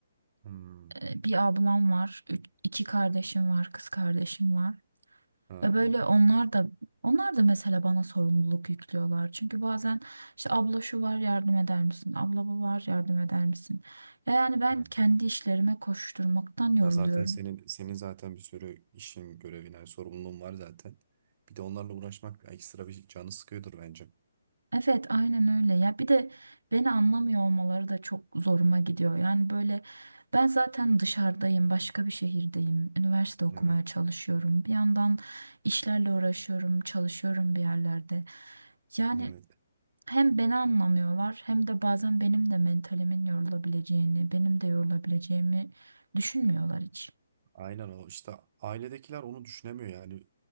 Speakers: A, on the right; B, on the right.
A: Hmm.
B: Ee, Bir ablam var, üç- iki kardeşim var, kız kardeşim var.
A: Ha.
B: Ve böyle onlar da onlar da mesela bana sorumluluk yüklüyorlar. Çünkü bazen işte abla şu var yardım eder misin? Abla bu var yardım eder misin? Ya yani ben
A: ha.
B: kendi işlerime koşturmaktan yoruluyorum.
A: Ya zaten senin senin zaten bir sürü işin, görevin, yani sorumluluğun var zaten. Bir de onlarla uğraşmak ekstra bir canı sıkıyordur bence.
B: Evet aynen öyle. Ya bir de beni anlamıyor olmaları da çok zoruma gidiyor. Yani böyle ben zaten dışarıdayım, başka bir şehirdeyim. Üniversite okumaya
A: Evet,
B: çalışıyorum. Bir yandan işlerle uğraşıyorum, çalışıyorum bir yerlerde. Yani
A: evet.
B: Hem beni anlamıyorlar hem de bazen benim de mentalimin yorulabileceğini, benim de yorulabileceğimi düşünmüyorlar hiç.
A: Aynen o işte ailedekiler onu düşünemiyor yani.